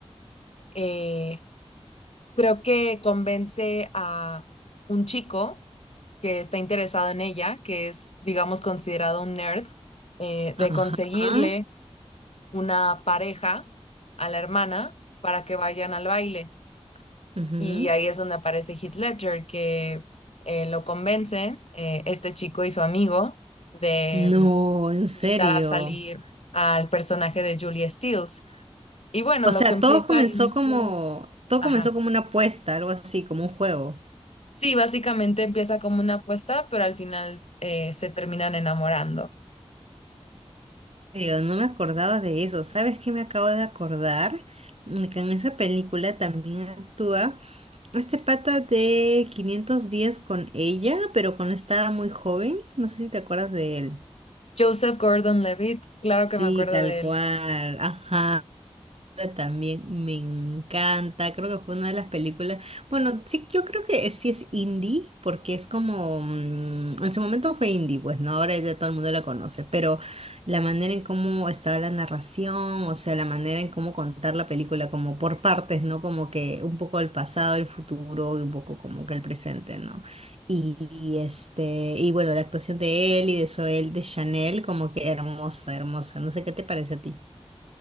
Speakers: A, on the left; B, on the right.
A: eh, creo que convence a un chico que está interesado en ella, que es, digamos, considerado un nerd, eh, de
B: Ajá.
A: conseguirle
B: ajá,
A: una pareja a la hermana para que vayan al baile.
B: ujú.
A: Y ahí es donde aparece Heath Ledger, que eh, lo convencen, eh, este chico y su amigo, de
B: No, en serio.
A: mm, invitar a salir al personaje de Julia Stiles. Y bueno,
B: O
A: lo
B: sea,
A: que empieza
B: todo comenzó
A: al inicio,
B: como, todo
A: ajá.
B: comenzó como una apuesta, algo así, como un juego.
A: Sí, básicamente empieza como una apuesta, pero al final eh, se terminan enamorando.
B: serio, no me acordaba de eso. ¿Sabes qué me acabo de acordar? Mm, Que en esa película también actúa este pata de 500 días con ella, pero cuando estaba muy joven. No sé si te acuerdas de él.
A: Joseph Gordon-Levitt, claro
B: Sí,
A: que me acuerdo
B: tal
A: de
B: cual.
A: él.
B: Ajá. También me encanta, creo que fue una de las películas. Bueno, sí, yo creo que sí es indie, porque es como. mm, en su momento fue indie, pues no, ahora ya todo el mundo la conoce, pero la manera en cómo estaba la narración, o sea, la manera en cómo contar la película, como por partes, ¿no? Como que un poco el pasado, el futuro y un poco como que el presente, ¿no? Y, y, este, y bueno, la actuación de él y de Zoel de Chanel, como que hermosa, hermosa. No sé qué te parece a ti.